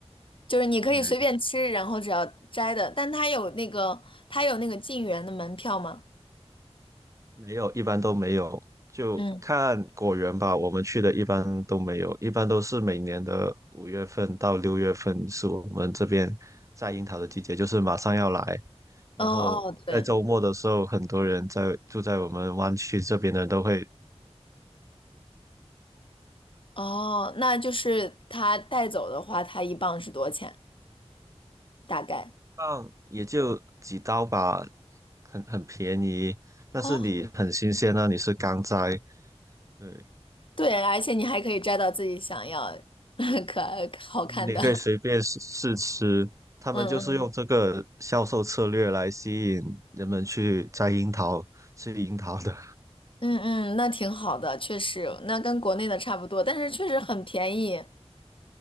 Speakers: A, on the left (about 50°); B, on the right (about 30°).
A: 就是你可以随便吃，
B: 对，
A: 然后只要摘的，但它有那个它有那个进园的门票吗？
B: 没有，一般都没有，就看果园吧。
A: 嗯，
B: 我们去的一般都没有，一般都是每年的五月份到六月份是我们这边摘樱桃的季节，就是马上要来。然后在周末的时候，
A: 哦哦，对，
B: 很多人在住在我们湾区这边的都会
A: 哦，那就是它带走的话，它一磅是多少钱？大概？
B: 放，也就几刀吧，很很便宜，但是你很新鲜啊，
A: 哦，
B: 你是刚摘，对。
A: 对，而且你还可以摘到自己想要 <laughs> 可爱好看的。
B: 你可以随便试试吃。
A: <laughs>
B: 他们就是用这个销售策略来吸引人们去摘樱桃、
A: 嗯嗯
B: 吃樱桃的。
A: 嗯嗯，那挺好的，确实，那跟国内的差不多，但是确实很便宜。